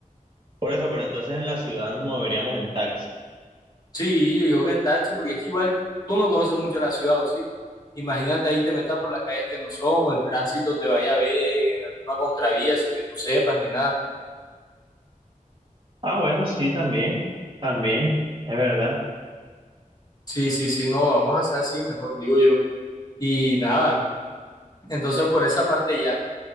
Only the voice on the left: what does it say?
Sí, yo digo que en taxi, porque es que igual tú no conoces mucho la ciudad, ¿o sí? Imagínate ahí te metas por las calles que no son, o el tránsito te vaya a ver en alguna contravía sin que tú sepas ni nada.
Sí, sí, sí, no, vamos a hacer así, mejor digo yo. Y nada. Entonces, por esa parte ya.